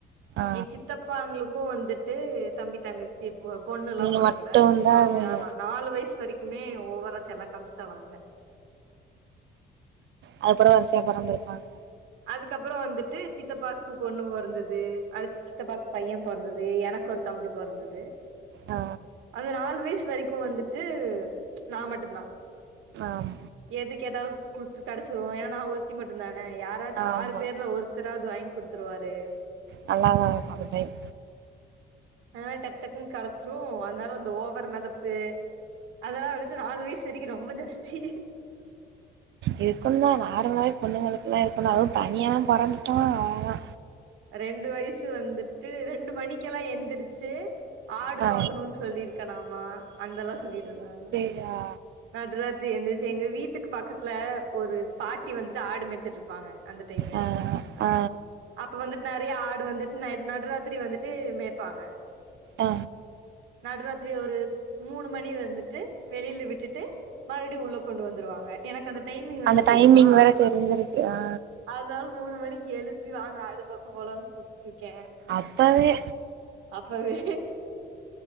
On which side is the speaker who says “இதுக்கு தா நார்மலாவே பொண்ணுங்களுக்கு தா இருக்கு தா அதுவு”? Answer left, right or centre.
Right